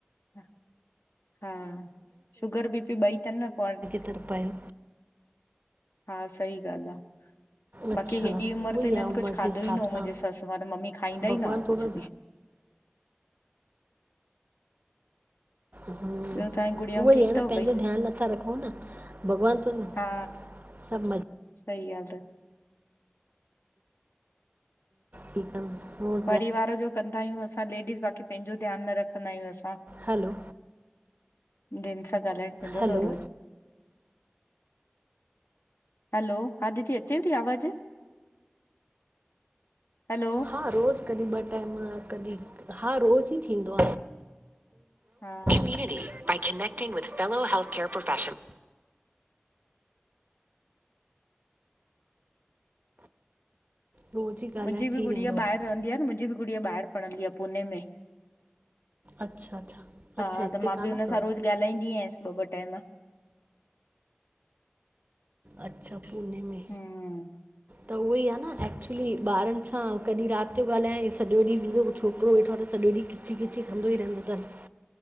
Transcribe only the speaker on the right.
त पयो
अच्छा
उहो
ई
आहे उमिरि
जे हिसाब
सां
भॻवानु
थोरो
उहो
ईं
आ न,
पंहिंजो
ध्यानु नथा रखऊ न, भॻवान थो न
सभु म
ठीकु आ न पो
हलो
हैलो
हा रोज़ु कॾी ॿ टाइम कॾी, हा रोज़ु ई थींदो आ।
<unintelligible> connecting with fellow health care profession रोज़ ई ॻाल्हाए
थी
वेंदो आहे
अच्छा अच्छा,
अच्छा हिते
कानि
तव।
अच्छा पूने में,
त उहई आ न ए एक्चुली ॿारनि सां कॾी रात जो ॻाल्हाय सॼो ॾींहुं मुहिजो हो छोकिरो वेठो आ त सॼो ॾींहुं खिची खिची कंदो ई रहंदो तनि।